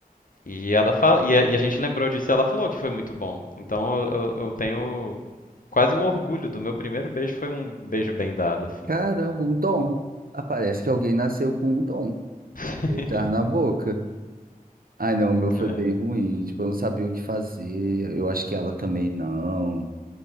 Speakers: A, on the left; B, on the right.
A: E ela fala, e a, e a gente lembrou disso e ela falou que foi muito bom. Então eu, eu- eu tenho quase um orgulho do meu primeiro beijo, foi um beijo bem dado, assim.
B: Caramba, um dom. Aparece que alguém nasceu com um dom.
A: <laughs>
B: Beijar na boca. Ai, não, o meu foi
A: É.
B: bem ruim. Tipo, eu não sabia o que fazer. Eu acho que ela também não.